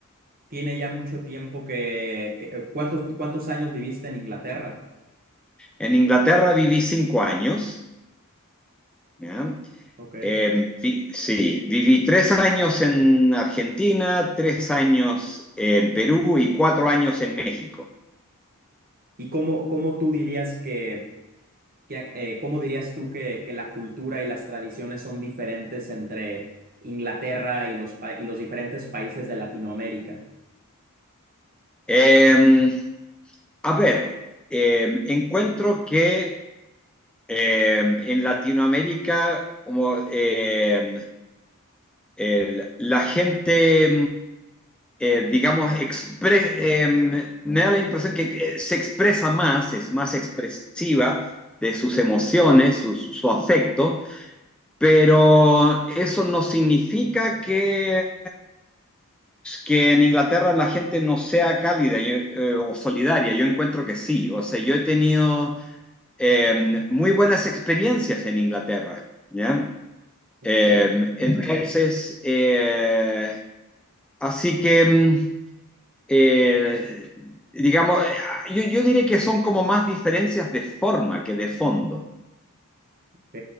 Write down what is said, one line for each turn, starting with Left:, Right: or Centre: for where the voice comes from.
Right: tiene ya mucho tiempo que, que- ¿cuántos, cuántos años viviste en Inglaterra?
Centre: En Inglaterra viví cinco años, ¿ya?
Right: Ok.
Centre: Eh, vi- sí, viví tres años en Argentina, tres años en Perú y cuatro años en México.
Right: ¿Y cómo, cómo tú dirías que ¿Qué- eh, ¿cómo dirías tú que, que la cultura y las tradiciones son diferentes entre Inglaterra y los, pa- y los diferentes países de Latinoamérica?
Centre: Eh, a ver, eh, encuentro que eh, en Latinoamérica como, eh, el- la gente eh, digamos, expre eh, me da la impresión que eh, se expresa más, es más expresiva de sus emociones, su, su afecto, pero eso no significa que, que en Inglaterra la gente no sea cálida yo, eh, o solidaria. Yo encuentro que sí, o sea, yo he tenido eh, muy buenas experiencias en Inglaterra, ¿ya?
Right: Ok.
Centre: Eh, entonces, eh, así que... em, eh, digamos, eh, yo, yo diré que son como más diferencias de forma que de fondo.
Right: Ok,